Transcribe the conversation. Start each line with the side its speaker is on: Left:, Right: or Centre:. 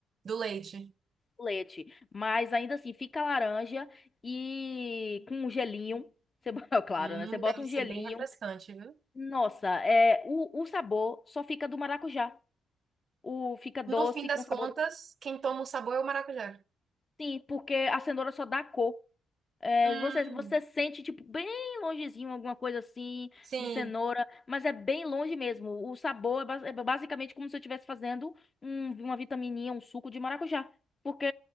Right: Do leite.
Left: leite. Mas ainda assim, fica laranja e com um gelinho. Você, bo- <laughs> claro,
Right: Hum,
Left: né? Você bota
Right: deve
Left: um gelinho.
Right: ser bem refrescante, viu?
Left: Nossa, é, o, o sabor só fica do maracujá. O, fica doce
Right: No fim das
Left: com sabor
Right: contas,
Left: do...
Right: quem toma o sabor é o maracujá.
Left: Sim, porque a cenoura só dá cor. É,
Right: Hum,
Left: você, você sente, tipo, bem longezinho, alguma coisa assim,
Right: sim.
Left: de cenoura, mas é bem longe mesmo. O sabor é, ba- é basicamente como se eu estivesse fazendo um- uma vitamininha, um suco de maracujá. Porque